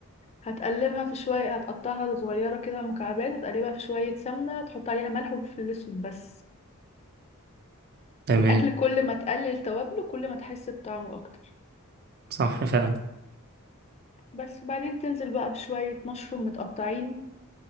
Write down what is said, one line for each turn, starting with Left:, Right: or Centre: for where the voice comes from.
Left: هتقلبها في شوية هتقطعها صغيرة كده مكعبات هتقلبها في شوية سمنة تحط عليها ملح وفلفل أسود بس
Right: تمام
Left: الأكل كل ما تقلل توابله كل ما تحس بطعمه أكتر
Right: صح فعلا
Left: بس وبعدين تنزل بقى بشوية مشروم متقطعين